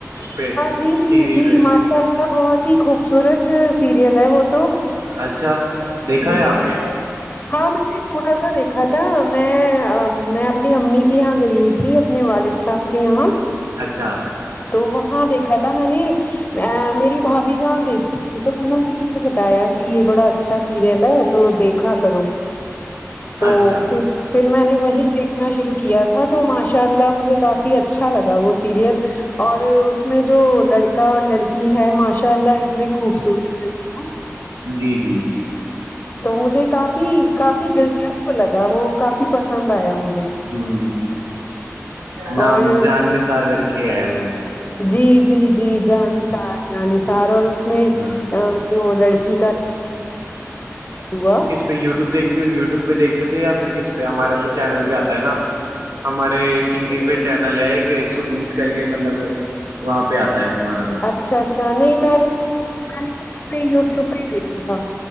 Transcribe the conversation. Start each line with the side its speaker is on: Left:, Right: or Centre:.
Right: پہ
Left: جی جی
Right: ٹی وی
Left: جی
Right: پہ
Left: ماشاء اللہ بہت ہی خوبصورت سیریل ہے وہ تو
Right: اچھا دیکھا
Left: جی
Right: ہے آپ نے
Left: ہاں میں نے تھوڑا سا دیکھا تھا میں میں اپنی امی کے یہاں گئی ہوئی تھی تھی اپنے والد صاحب کے یہاں
Right: اچھا
Left: تو وہاں دیکھا تھا میں نے میری بھابھی جان دیکھی تو انہوں نے نے بتایا کہ یہ بڑا اچھا سیریل ہے تو دیکھا کرو تو
Right: اچھا
Left: پھر پھر میں نے وہیں دیک دنا شروع کیا تھا تو ماشاء اللہ مجھے کافی اچھا لگا وہ سیریل اور اس میں جو لڑکا اور لڑکی ہے ماشاء اللہ اتنے خوبصورت ہے دونوں
Right: جی جی
Left: تو مجھے کافی کافی دلچسپ لگا وہ کافی پسند آیا مجھے
Right: ہوں نام
Left: اور
Right: جاننے سار کر کے ہے وہ
Left: جی جی جی جانسار جانسار اور اس اس میں
Right: ہاں
Left: جو لڑکی کا ہوا
Right: پھر وٹیوب دیکتے ہو یوٹیو پہ دیکتے تھے یا پھر کس پہ ہمارے تو چینل پہ آتا ہے نا ہمارے ٹی وی پہ چینل ہے ایک سو بیس کر کے مطلب وہاں پہ آتا ہے ہمارا تو
Left: اچھا اچھا نہیں میں نے تو میں نے یوٹیوب پہ ہی دیکھا تھا